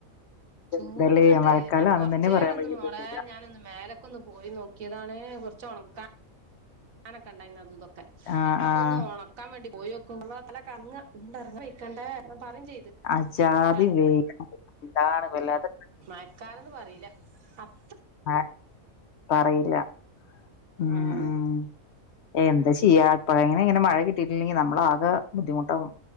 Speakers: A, on the right (about 75°); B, on the left (about 65°).
A: ചൂട്ങ്ങട്ടെ
B: ഇതല്ലേ മഴക്കാലാണെന്ന്
A: ഞാൻ കൊറച്ചേരോന്ന്
B: തന്നെ പറയാൻ പറ്റില്ല
A: മോളെ ഞാനൊന്ന് മേലക്ക്‌ ക്കൊന്ന് പോയി നോക്കിയതാണ് കുറച്ച് ഉണക്കാനൊക്കെ ഇണ്ടായിനി തുതൊക്കെ
B: ആഹ്
A: ആക്കൊ
B: ആഹ്
A: ഒന്ന് ഒണക്കാൻ വേണ്ടി പോയി വെക്കുമ്പോ അെ ഇറ ഇറ വക്കണ്ട പറയും ചെയ്ത്
B: അജാതി
A: രണ്ട്
B: വെയില് എന്താണ് വല്ലാത്ത
A: മയക്കാലന്ന് പറയില്ല അപ്പ
B: ആ പറയില്ല ഉം
A: ആഹ്
B: ഉം. എന്താ ചെയ്യാ, ഇപ്പഴന്നെ ഇങ്ങനെ മഴ കിട്ടീട്ടില്ലെങ്കി നമ്മളാകെ ബുദ്ധിമുട്ടാകും.